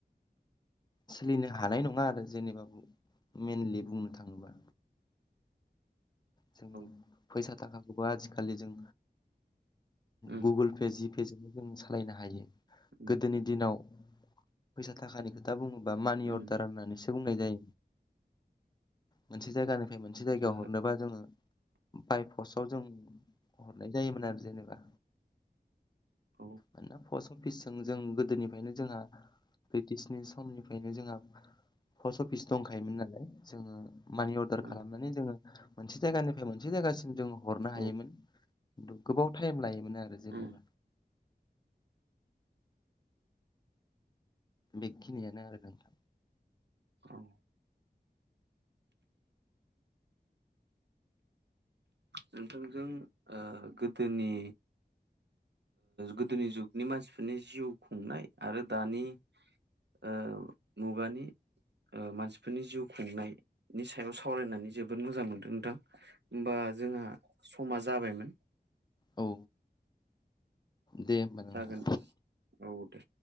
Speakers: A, on the left; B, on the right.
A: सोलिनो हानाय नङा आरो जेनेबा मेनलि बुंनो थाङोबा जोङो
B: औ
A: फैसा थाखाखौबो आजिखालि जों
B: उम
A: गुगोल पे जिपेजोंनो जों सालायनो हायो
B: उम
A: गोदोनि दिनाव फैसा थाखानि खोथा बुङोबा मानि
B: उम
A: अर्डार होननानैसो बुंनाय जायो मोनसे जायगानिफ्राय मोनसे जायगायाव
B: ओहो
A: हरनोबा जोङो बाय पसाव जों हरनाय जायोमोन आरो जेनेबा
B: औ
A: मानोना फस प्रफिसजों जों गोदोनिफ्रायनो जोंहा ब्रिटिशनि समनिफ्रायनो जोंहा पस्ट अफिस दंखायोमोन नालाय जोंङो मानि अर्दार
B: उम
A: खालामनानै जोंङो मोनसे जायगानिफ्राय मोनसे जायगासिम जों हरनो
B: औ
A: हायोमोन गोबाव टाइम लायोमोन आरो जोंङो
B: उम
A: बेखिनियानो आरो नोंथां
B: औ नोंथांजों गोदोनि गोदोनि जुगनि मानसिफोरनि जिउ खुंनाय आरो दानि। ओ मुगानि मानसिफोरनि जिउ खुंनायनि सायाव सावरायनानै जोबोद मोजां मोनदों नोंथां। होनबा जोंहा समा जाबायमोन।
A: औ। दे होमबा
B: जागोन
A: नोंथां
B: औ दे